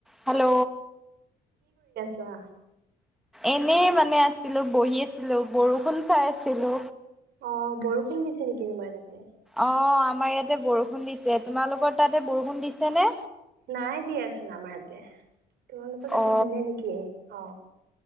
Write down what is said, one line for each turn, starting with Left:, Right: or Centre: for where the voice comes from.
Centre: Hello.
Right: অ।
Centre: এনেই মানে আছিলো বহি আছিলো বৰষুণ চাই আছিলো।
Right: অ বৰষুণ দিছে নেকি তোমাৰ তাতে।
Centre: অ আমাৰ ইয়াতে বৰষুণ দিছে তোমালোকৰ তাতে বৰষুণ দিছে নে।
Right: নাই দিয়াচোন আমাৰ ইয়াতে তোমালোকৰ তাতে
Centre: অ
Right: দিলে নেকি অ।